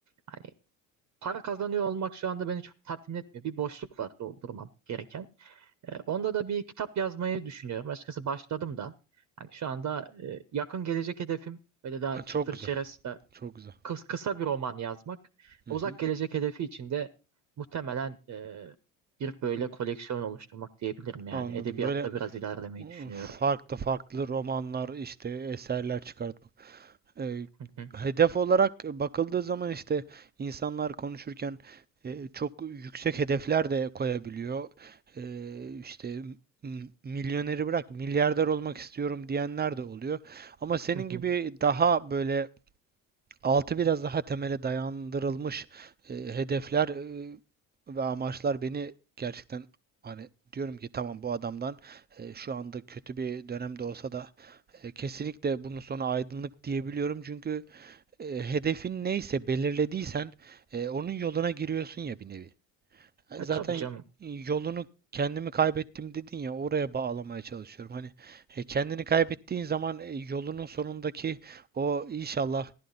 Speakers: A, on the right; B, on the right.
A: Hani para kazanıyor olmak şu anda beni çok tatmin etmiyor. Bir boşluk var doldurmam gereken. E, onda da bir kitap yazmayı düşünüyorum. Açıkçası başladım da. Hani şu anda e, yakın gelecek hedefim böyle daha çıtır
B: Çok güzel.
A: çerez de
B: Çok güzel.
A: kıs- kısa bir roman yazmak.
B: Hı
A: Uzak
B: hı.
A: gelecek hedefi için de muhtemelen e, bir böyle koleksiyon oluşturmak diyebilirim yani.
B: Anladım.
A: Edebiyatta
B: Böyle
A: biraz ilerlemeyi
B: ıı,
A: düşünüyorum.
B: farklı farklı romanlar işte eserler çıkartmak. Ee,
A: Hı hı,
B: hedef olarak bakıldığı zaman işte insanlar konuşurken e, çok yüksek hedefler de koyabiliyor. Ee, işte m- milyoneri bırak milyarder olmak istiyorum diyenler de oluyor. Ama senin
A: hı hı.
B: gibi daha böyle Altı biraz daha temele dayandırılmış e, hedefler e, ve amaçlar beni gerçekten hani diyorum ki tamam bu adamdan e, şu anda kötü bir dönemde olsa da e, kesinlikle bunun sonu aydınlık diyebiliyorum. Çünkü e, hedefin neyse belirlediysen e, onun yoluna giriyorsun ya bir nevi. E,
A: E,
B: Zaten
A: tabii
B: e,
A: canım.
B: yolunu kendimi kaybettim dedin ya oraya bağlamaya çalışıyorum. Hani e, kendini kaybettiğin zaman e, yolunun sonundaki o inşallah